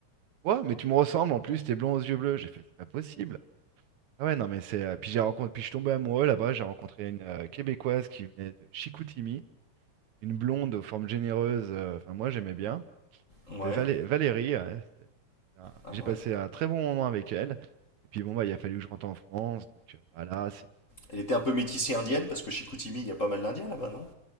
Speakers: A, on the right; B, on the left.
A: quoi? Mais tu me ressembles, en plus, t'es blond aux yeux bleus. J'ai fait, c'est pas possible. Ah ouais, non, mais c'est. euh, Puis j'ai rencontré... Puis je suis tombé amoureux là-bas. J'ai rencontré une euh, Québécoise qui venait de Chicoutimi, une blonde aux formes généreuses. euh, Enfin, moi, j'aimais bien. Elle
B: Ouais.
A: s'appelait Valé- Valérie. euh, c'est- c'est un-
B: Ah
A: J'ai passé
B: ouais.
A: un très bon moment avec elle. Et puis bon, bah, il a fallu que je rentre en France. Donc euh, bah, là, c'est
B: Elle était un peu métissée indienne, parce que chez Koutimi, il y a pas mal d'Indiens là-bas, non?